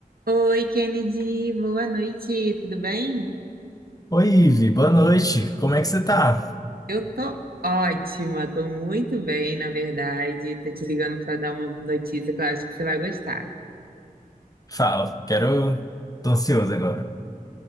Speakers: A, on the right; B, on the left.
A: Oi, Kennedy, boa noite, tudo bem?
B: Oi, Ivi, boa noite. Como é que você tá?
A: Eu tô ótima, tô muito bem, na verdade. Tô te ligando para dar uma notícia que eu acho que você vai gostar.
B: Fala, quero. Tô ansioso agora.